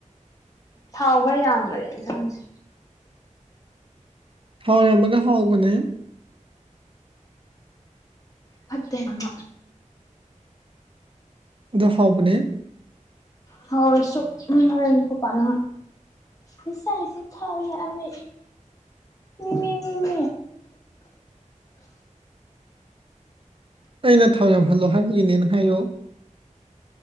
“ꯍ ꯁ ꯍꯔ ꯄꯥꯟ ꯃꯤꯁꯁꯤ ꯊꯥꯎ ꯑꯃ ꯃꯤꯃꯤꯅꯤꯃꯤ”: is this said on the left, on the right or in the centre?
Left